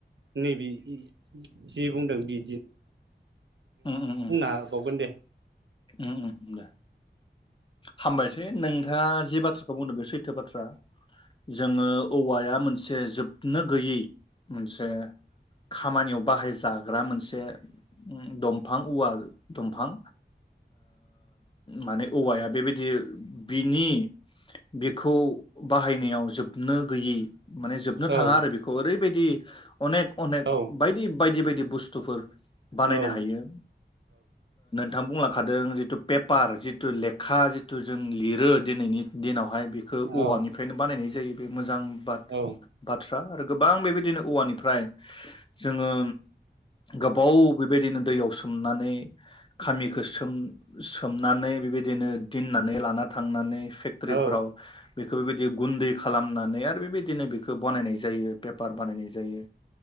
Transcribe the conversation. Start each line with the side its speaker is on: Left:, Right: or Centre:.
Right: नैबे जि बुंदों बि
Left: उम
Right: हाबावगोन दे
Left: उम उम दे हामबायसै नोंथाङा जि बाथ्राखौ बुंदों बे सैथो बाथ्रा जोङो औवाया मोनसे जोबनो गैयै मोनसे खामानियाव बाहायजाग्रा मोनसे दंफां औवा दंफां माने औवाया बेबायदि बिनि बिखौ बाहायनायाव जोबनो गैयि माने जोबनो थाङा
Right: औ
Left: आरो बेखौ ओरैबायदि अनेक अनेक
Right: औ
Left: बायदि बायदि बायदि बुस्थुफोर बानायनो
Right: औ
Left: हायो थां बुंलखादों जिथु पेपार जि जिथु लेखा जिथु जों लिरो दिनैनि दिनाव खौहाय बिखो औवानिफ्रायनो
Right: औ
Left: बानाय जायो मोजां बाथ-बाथ्रा
Right: औ
Left: गोबां बेबादिनो औवानिफ्राय जोंङो गोबाव बेबादिनो दैयाव सोमनानै बे बिबायदिनो दोननानै लाना थांनानै फेक्टरिफोराव
Right: औ
Left: बेखौ बेबायदि गुन्दै खालामनानै आरो बेबायदिनो बेखौ बनायनाय जायो। पेपार बानायनाय जायो